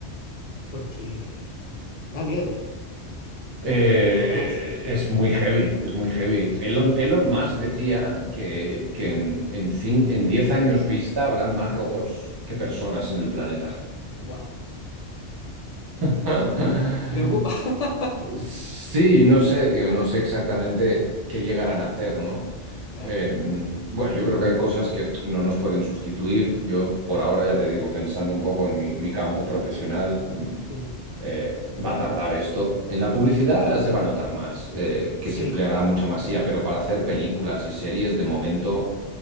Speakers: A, on the left; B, on the right.
A: porque da miedo.
B: Eh,
A: E- El, avance
B: es muy heavy, es muy heavy.
A: es
B: Elon,
A: heavy.
B: Elon Musk decía que, que en, en, cin- en 10 años vista habrán más robots que personas en el planeta.
A: Wow.
B: <laughs>
A: Preocupa. <laughs>
B: Sí, no sé, digo, no sé exactamente qué llegarán a hacer, ¿no?
A: Claro,
B: Eh, bueno, yo creo que hay cosas que no nos pueden sustituir. Yo, por
A: no.
B: ahora, ya te digo, pensando un poco en mi, mi campo profesional, mm,
A: Ujú.
B: eh, va a tardar esto. En la publicidad se va a notar más, eh, que
A: Sí,
B: se empleará mucha más IA, pero para hacer películas y series, de momento,